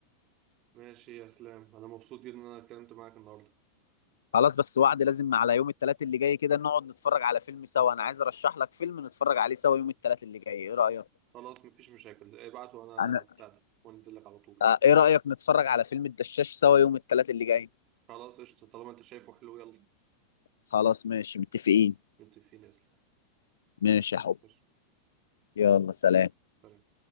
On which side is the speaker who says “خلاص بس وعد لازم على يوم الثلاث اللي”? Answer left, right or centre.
Left